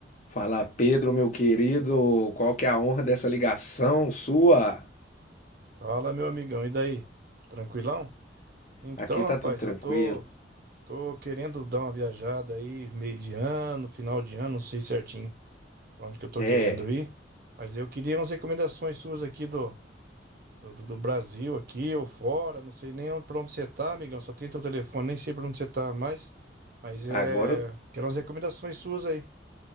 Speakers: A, on the left; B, on the right.
A: Fala, Pedro, meu querido, qual que é a honra dessa ligação sua?
B: Fala, meu amigão, e daí? Tranquilão? Então,
A: Aqui tá
B: rapaz,
A: tudo tranquilo.
B: eu tô, tô querendo dar uma viajada aí, meio de ano, final de ano, não sei certinho pra onde que eu tô
A: É,
B: querendo ir, mas eu queria umas recomendações suas aqui do, do, do Brasil, aqui ou fora, não sei nem onde, pra onde você tá, amigão, só tem teu telefone, nem sei pra onde você tá mais, mas é,
A: agora eu,
B: quero umas recomendações suas aí.